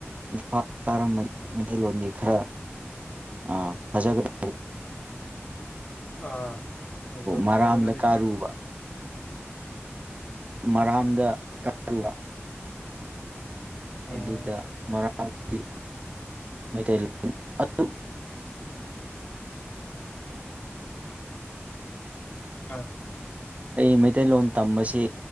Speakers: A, on the right; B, on the left.
A: ꯏꯝꯐꯥꯜ ꯀꯔ ꯃꯩꯇꯩꯂꯣꯟꯒꯤꯂꯣꯟꯒꯤ ꯈꯔ ꯑ ꯁꯖꯒꯗ
B: ꯑꯥ ꯑꯗꯨꯣ
A: ꯃꯔꯥꯝꯗ
B: ꯐꯖꯅꯗꯤ
A: ꯀꯥꯔꯨꯕ ꯃꯔꯥꯝꯗ ꯀꯛꯛꯕ
B: ꯎꯝ
A: ꯑꯗꯨꯗ ꯃꯔꯥꯡꯒꯤ ꯃꯩꯇꯩ ꯀꯌꯥ
B: ꯑ
A: ꯑꯩ ꯃꯩꯇꯩꯂꯣꯟ ꯇꯝꯕꯁꯤ